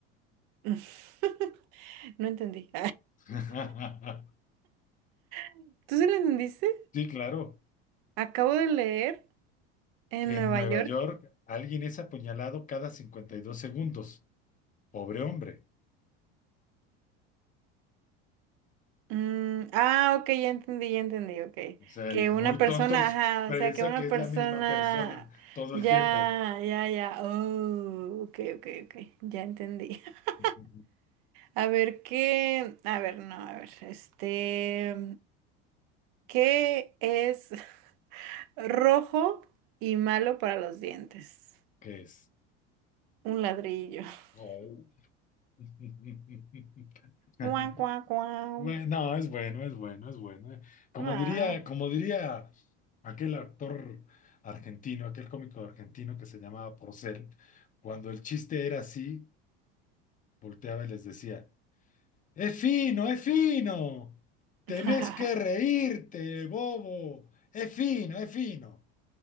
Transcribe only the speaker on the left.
<laughs>
Sí, claro.
Que
en Nueva
York alguien es apuñalado cada 52 segundos. Pobre hombre.
O sea,
el muy
tontos
piensa
que es
la misma persona todo
el tiempo.
<laughs>
¿Qué es?
Oh. <laughs>
Bueno, no, es bueno, es bueno, es bueno. eh. Como
diría, como diría aquel actor argentino, aquel cómico argentino que se llamaba Porcel, cuando el chiste era así, volteaba y les decía, ¡Es fino, es fino! ¡Tenés
que reírte, bobo! ¡Es fino, es fino!